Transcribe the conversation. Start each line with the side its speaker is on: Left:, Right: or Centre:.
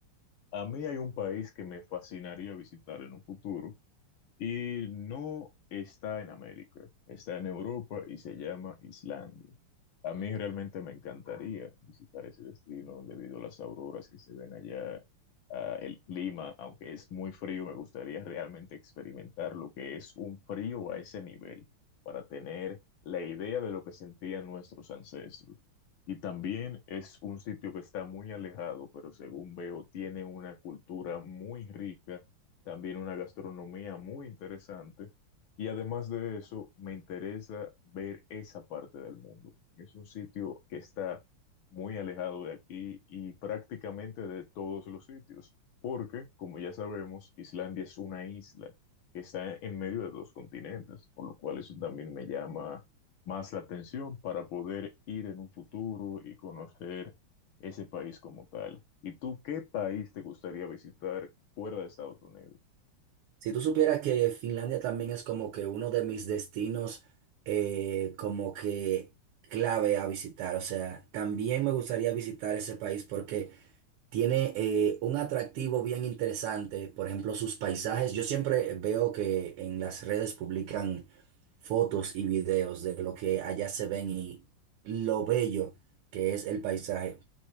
Left: a mí hay un país que me fascinaría visitar en un futuro y no está en América, está en Europa y se llama Islandia. A mí realmente me encantaría visitar ese destino debido a las auroras que se ven allá, a el clima, aunque es muy frío, me gustaría realmente experimentar lo que es un frío a ese nivel para tener la idea de lo que sentían nuestros ancestros. Y también es un sitio que está muy alejado, pero según veo, tiene una cultura muy rica también una gastronomía muy interesante. Y además de eso, me interesa ver esa parte del mundo. porque Es un sitio que está muy alejado de aquí y prácticamente de todos los sitios, porque, como ya sabemos, Islandia es una isla que está en medio de dos continentes, por lo cual eso también me llama más la atención para poder ir en un futuro y conocer ese país como tal. ¿Y tú qué país te gustaría visitar fuera de Estados Unidos?
Right: Si tú supieras que Finlandia también es como que uno de mis destinos eh, como que clave a visitar, o sea, también me gustaría visitar ese país porque tiene eh, un atractivo bien interesante, por ejemplo, sus paisajes. Yo siempre veo que en las redes publican fotos y videos de lo que allá se ven y lo bello que es el paisaje.